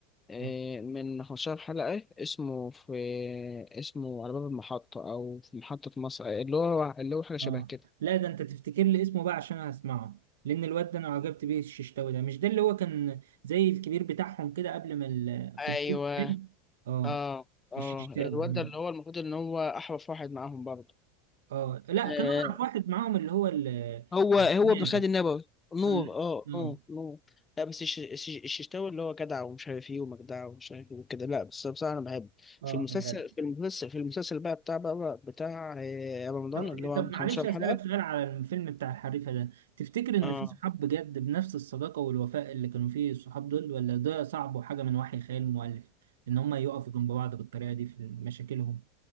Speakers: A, on the left; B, on the right.
A: آه،
B: اه
A: من 15 حلقة اسمه في اسمه على باب المحطة أو في محطة مصر آه، اللي هو اللي هو حاجة شبه
B: آه.
A: كده
B: لا ده انت تفتكر لي اسمه بقى عشان هسمعه لان الواد ده انا عجبت بيه الششتاوي ده مش ده اللي هو كان زي الكبير بتاعهم كده قبل ما ال...
A: ايوه
B: في بداية الفيلم اه
A: اه اه
B: الششتاوي
A: الواد
B: ماشي
A: ده اللي هو المفروض ان هو احرف واحد معاهم برضه
B: اه لا
A: آه
B: كان اعرف واحد معاهم اللي هو ال... آه،
A: هو هو
B: نادر
A: بن خالد النبوي نور
B: اه
A: اه
B: آه.
A: نور نور لا بس الش- الش- الششتاوي اللي هو جدع ومش عارف ايه ومجدع ومش عارف ايه وكده لا بس بصراحه انا بحب
B: آه،
A: في المسلسل
B: كان جدع
A: في المسلسل في المسلسل بقى بتاع بقى بتاع آه، رمضان
B: طب
A: اللي هو عنده
B: طب معلش
A: 15
B: اسالك
A: حلقه
B: سؤال على الفيلم بتاع الحريفه ده تفتكر ان
A: اه
B: في صحاب بجد بنفس الصداقه والوفاء اللي كانوا فيه الصحاب دول ولا ده صعب وحاجه من وحي خيال المؤلف ان هم يقفوا جنب بعض بالطريقه دي في مشاكلهم